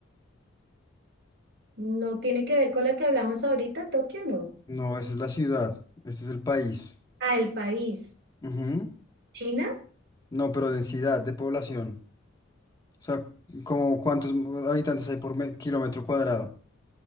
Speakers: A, on the right; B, on the left.
A: No tiene que ver con la que hablamos ahorita, Tokio, no.
B: No, esa es la ciudad, este es el país.
A: Ah, el país.
B: Ujú.
A: ¿China?
B: No, pero densidad de población. O sea, como cuántos habitantes hay por me- kilómetro cuadrado.